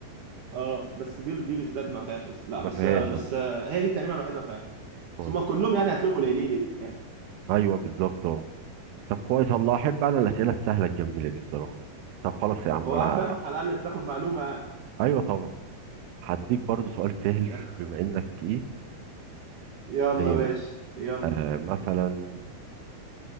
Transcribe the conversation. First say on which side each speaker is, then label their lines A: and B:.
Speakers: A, on the right; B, on the right.
A: اه بس دي دي بالذات ما فيهاش أس- لا
B: ما
A: بس
B: فيهاش
A: بس
B: اصلا
A: هي دي تقريبا الوحيده اللي ما فيهاش
B: السعودية
A: ثم كلهم يعني هتلاقيهم قليلين يعني
B: ايوه بالظبط اه طب كويس الله احب انا الاسئله السهله الجميله دي بصراحه طب خلاص يا عم
A: هو
B: انا
A: فاهم على الاقل بتاخد معلومه يعني
B: ايوه طبعا هديك برضو سؤال سهل
A: <laughs>
B: بما انك ايه
A: يلا
B: مية
A: ماشي
B: مية
A: يلا
B: آه مثلا